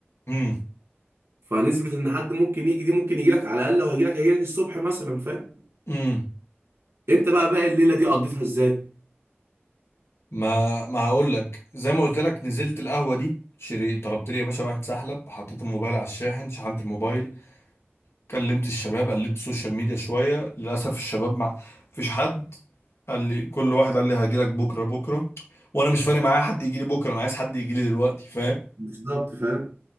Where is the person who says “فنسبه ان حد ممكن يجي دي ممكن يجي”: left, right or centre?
Right